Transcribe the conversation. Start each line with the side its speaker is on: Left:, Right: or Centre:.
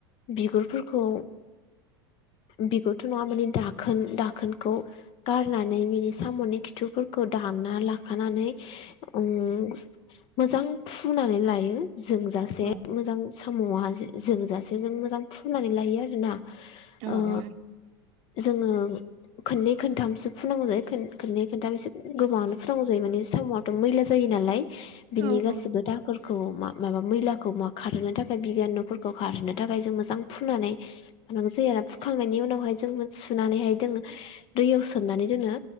Left: बिगुरफोरखौ बिगुरथ' नङा माने दाखोन दाखोनखौ गारनानै बिनि साम'नि खिथुफोरखौ दानना ला खाखानानै ओम मोजां फुनानै लायो जोंजासे
Right: औ
Left: मोजां साम'आ जोंजासे जों मोजां फुननानै लायो आरोना
Right: औ
Left: ओ
Right: औ
Left: जोङो खोननै खनथामसो फुनांगौ जायो खोननै खनथाम एसे नांगौ जायो माने साम'याथ' मैला जायो नालाय बिनि
Right: औ
Left: गासिबो दाखोर खौ माबा मैलाखौ खारहोनो थाखाय बिजानुफोरखौ खारहोनो थाखाय जों मोजां फुनानै गौ जायो फुखांनायनि उनावहाय जों सुनानैहाय जोङो दैयाव सोमनानै दोनङो